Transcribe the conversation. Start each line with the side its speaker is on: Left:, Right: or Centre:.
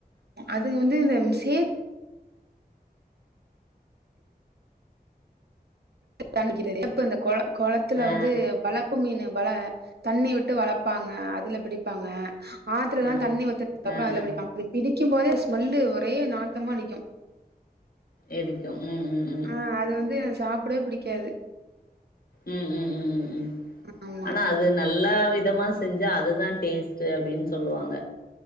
Right: அது வந்து இந்த சேத் தணிக்கிறது இப்ப இந்த குள குளத்துல
Left: ஆ
Right: வந்து வளப்பு மீன் வள தண்ணி விட்டு வளர்பாங்க அதுல பிடிப்பாங்க ஆத்துல
Left: ஆ
Right: தான் தண்ணி ஊத்ததுக்குப்புறம்
Left: ஆ
Right: அதுல
Left: ஆ
Right: பிடிப்பாங்க பிடி நிக்கும் போதே ஸ்மெல்லு ஒரே நாத்தமா அடிக்கும்
Left: எதுக்கும் உம் உம்
Right: ஆ அது வந்து சாப்டவே பிடிக்காது
Left: உம் உம் உம் உம் உம்
Right: ஆமா
Left: ஆனா அது நல்ல விதமா செஞ்சு அதுதான் டேஸ்ட் அப்டின்னு சொல்வாங்க